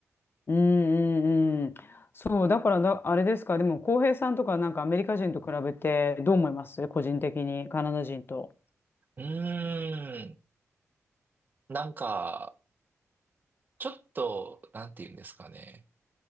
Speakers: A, on the left; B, on the right.
A: うんうんうん。そう、だからだ、あれですか、でも、浩平さんとかなんかアメリカ人と比べてどう思います個人的に、カナダ人と。
B: うーん。なんか、ちょっと、なんていうんですかね。